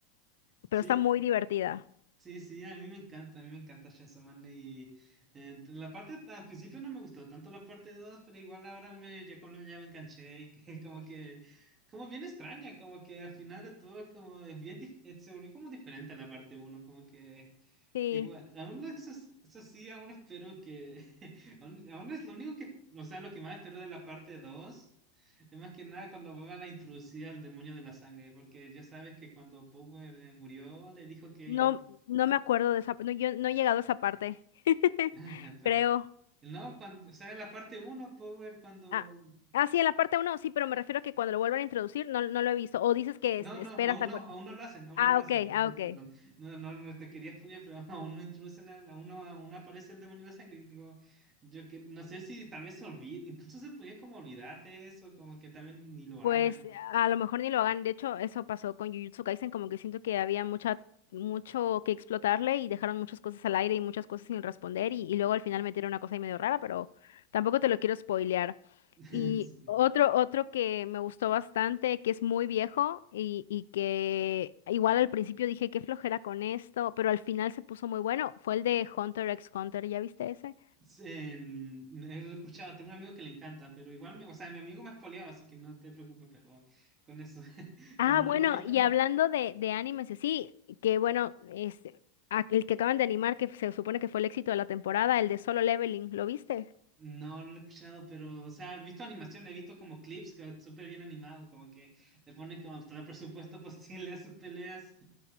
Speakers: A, on the right (about 20°); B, on the left (about 90°).
A: sí,
B: pero está muy divertida.
A: Sí, sí, a mí me encanta, a mí me encanta Chainsaw Man y eh, la parte, al principio no me gustó tanto la parte dos pero igual ahora me, ya, como- ya me enganché y que <laughs> como que, como bien extraña, como que al final de todo es como, es bien, dif- eh, se volvió como diferente a la parte uno como que,
B: Sí.
A: igual, aún no- eso, es- eso sí, aún espero que, <laughs> aún, aún es lo único que, o sea, lo que más espero de la parte dos Es más que nada cuando van a introducir al demonio de la sangre, porque ya sabes que cuando Power eh, murió, le dijo que
B: No, no me acuerdo de esa, no, yo no he llegado a esa parte, <laughs>
A: <laughs> Ajá, Pero-
B: creo.
A: No, cuando, o sea, la parte 1, Power, cuando...
B: Ah, ah, sí, en la parte uno, sí, pero me refiero a que cuando lo vuelvan a introducir no, no lo he visto. O dices que
A: No,
B: es- esperas
A: no, aún
B: a...
A: no,
B: cu-
A: aún no lo hacen, aún
B: Ah,
A: no lo hacen.
B: ok, ah,
A: Eh,
B: ok.
A: Perdón, no, no, no te quería spoilear, pero <laughs> aún no introducen, al- aún no, aún no aparece el demonio de la sangre. Digo, yo que no sé si tal vez se olvide, incluso se podía como olvidar de eso, como que tal vez ni lo
B: Pues
A: hagan.
B: a lo mejor ni lo hagan. De hecho, eso pasó con Jujutsu Kaisen, como que siento que había mucha, mucho que explotarle y dejaron muchas cosas al aire y muchas cosas sin responder y, y luego al final metieron una cosa ahí medio rara, pero tampoco te lo quiero spoilear.
A: <laughs>
B: Y
A: Sí.
B: otro, otro que me gustó bastante, que es muy viejo y, y que igual al principio dije qué flojera con esto, pero al final se puso muy bueno, fue el de Hunter x Hunter, ¿ya viste ese?
A: Sí, en- he escuchado, tengo un amigo que le encanta, pero igual, me, o sea, mi amigo me ha spoileado, así que no te preocupes, pero con eso, <laughs>
B: Ah,
A: pero no,
B: bueno,
A: no lo he visto
B: y hablando de, de animes, y sí, que bueno, este, a- el que acaban de animar, que se supone que fue el éxito de la temporada, el de Solo Leveling, ¿lo viste?
A: No, no lo he escuchado, pero, o sea, he visto animación, he visto como clips que es súper bien animado, como que le ponen como todo el presupuesto <laughs> posible a sus peleas.